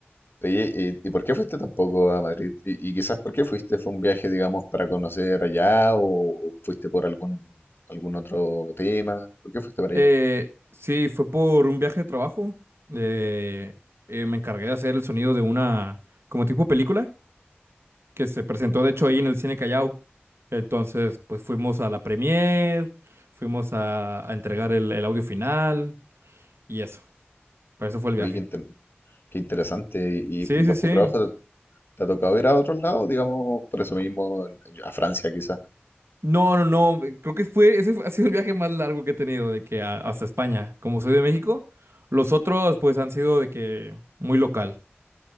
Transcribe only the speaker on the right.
Eh,
sí, fue por un viaje de trabajo. Eh, eh, me encargué de hacer el sonido de una, como tipo película, que se presentó de hecho ahí en el Cine Callao. Entonces, pues fuimos a la premiere, fuimos a, a entregar el, el audio final y eso. Para eso fue el
viaje.
Sí,
sí, sí.
No, no, no. eh, Creo que fue, ese fue- ha sido el viaje más largo que he tenido, de que a- hasta España. Como soy de México, los otros pues han sido de que muy local.